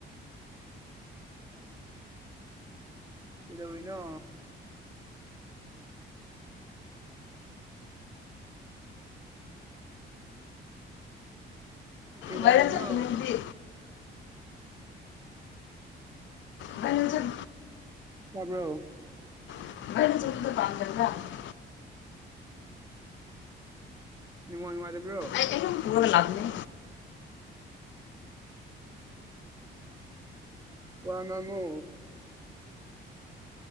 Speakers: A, on the right; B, on the left.
A: ꯀꯩꯗꯧꯔꯤꯅꯣ ꯀꯩꯗꯧꯔꯤꯅꯣ
B: ꯚꯥꯏꯔꯦꯜ ꯆꯠꯄꯅꯤ ꯑꯗꯨꯗꯤ ꯚꯥꯏꯔꯦꯜ ꯆꯠ
A: ꯇꯥꯕꯔꯣ꯫
B: <unintelligible> <unintelligible>
A: ꯅꯦꯠꯋꯥꯛ ꯅꯨꯉꯥꯏꯇꯕ꯭ꯔꯣ꯫
B: <unintelligible> ꯂꯥꯛꯄꯅꯦ
A: ꯋꯥ ꯉꯥꯡꯉꯣ